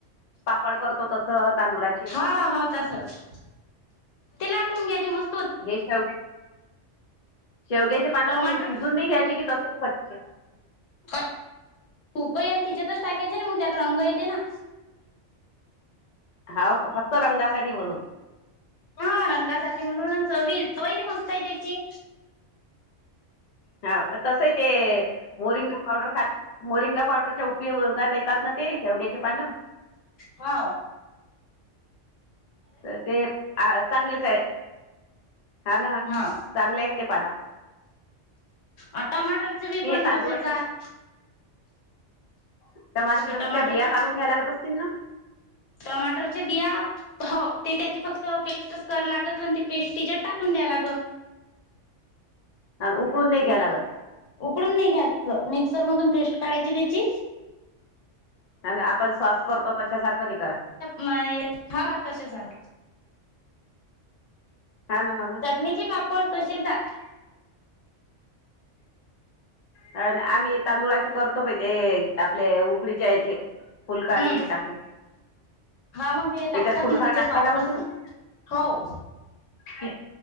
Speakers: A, on the left; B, on the left.
A: पापड करतो तसं तांदुळाची
B: हा हा तसच ते लाटून घ्यायचे मस्
A: हे शेव शेवग्याची पानं
B: टमाटर
A: मग शिजून नाही घ्यायचे की तसं. पटकन.
B: खुकयाल तिच्यातच टाकायचे ना मग त्याला रंग येते ना.
A: हाव फक्त रंगासाठी म्हणून.
B: हा रंगासाठी म्हणून चवी चव ही मस्त आहे त्याची.
A: हा तसं ते मोरिंगा पावडर खात मोरिंगा पावडरच्या उपयोगात काय त्यातात ना ते शेवग्याचे पानं.
B: हाव.
A: तर ते अ चांगलेच आहे. हाव ना हाव
B: हा
A: चांगले आहेत ते पाना.
B: अ टमाटरचे बी पण
A: तांदुळाच्या
B: तसेच आहे.
A: तर टमारटरच्या
B: हे टमाटरचे
A: बिया काढून घ्यायला लागत असतील ना.
B: टमाटर चे बिया हो ते त्याची फक्त पेस्टच करा लागत आणि ते पेस्ट तिच्यात टाकून द्याय लागं.
A: उकडून नाही घ्या लागत.
B: उकडून नाही घ्याच मिक्सर मधून पेस्ट काढायची त्याची
A: आणि नाही आपण सॉस करतो तश सारखं नाही करायचं.
B: माय हा हा तशच झाल.
A: हाव ना हाव ना.
B: निची पापड तशेच आहे.
A: अ आम्ही तांदुळाचे करतो ते. आपले उकडीच्या याचे फुलकार
B: हम्म
A: हे ते टाकून.
B: हा मंग ते
A: याच्यात
B: टाकतात
A: फुलखार
B: ना तिच्यात
A: टाकता
B: वापरतात
A: का मग तुम्ही?
B: हाव.
A: कि